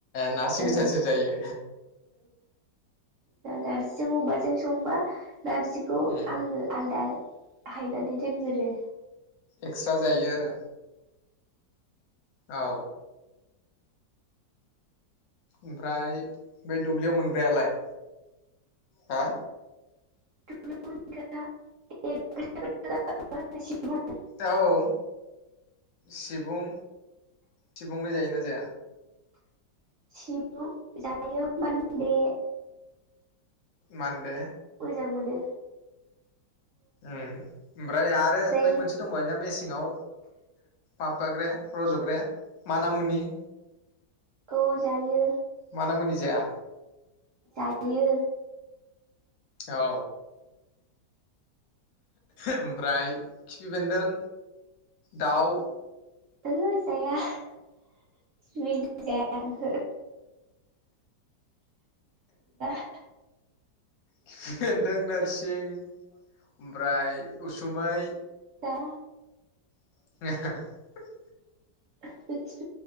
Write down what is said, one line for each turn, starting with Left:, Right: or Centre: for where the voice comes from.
Left: नारजि
Right: ओ
Left: गोजासो जायो।
Right: नार्जिजों अमाजों संबा नारजिखौ
Left: उम
Right: आंनो आलादा हायना दोनग्रो।
Left: एक्स ता जायो आरो? औ। ओमफ्राय बैद दुब्लियाव मोनग्रालाय हा?
Right: <unintelligible>
Left: औ औ सिबुं सिबुंलाय जायो ना जाया?
Right: सिबु जायो मानदे
Left: मानदे
Right: जां मोनो।
Left: ओ ओमफ्राय आरो
Right: ओमफ्राय
Left: बै मोनसे दंबाव ना मेसेंयाव। माबाग्रे रज'ग्राया मानामुनि
Right: औ जायो।
Left: मानामुनि जाया
Right: जायो।
Left: औ ओमफ्राय खिफि बेन्दों दाउ
Right: ओहो जाया खिफिबेन्दों जाया ओहो <inaudible>
Left: खिफिबेन्दों नोरसिं ओमफ्राय उसुमै।
Right: दा।
Left: <inaudible>
Right: <unintelligible>